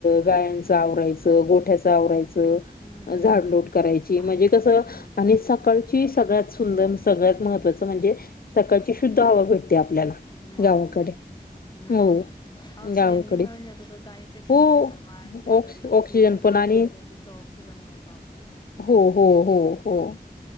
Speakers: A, on the left; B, on the left.
A: गायांचं आवरायचं गोठ्याचं आवरायचं
B: हम्म हम्म हम्म
A: झाड लोट
B: हम्म
A: करायची म्हणजे कसं
B: हम्म
A: आणि सकाळी सगळ्यात सुंदर सगळ्यात महत्वाचं म्हणजे सकाळची शुद्ध हवा भेट ते आपल्याला
B: मग
A: गावाकडे
B: हम्म
A: हो
B: ऑक्सिजन
A: गावाकडे
B: बी मिळून जातो तर गायच्या शेणाचा
A: हो
B: वास त्याचं
A: ऑक्स
B: बी
A: ऑक्सिजन
B: तुळशी जवळ
A: पण आणि
B: जायचं तिचा ऑक्सिजन मिळतो आपल्याला.
A: हो हो हो हो.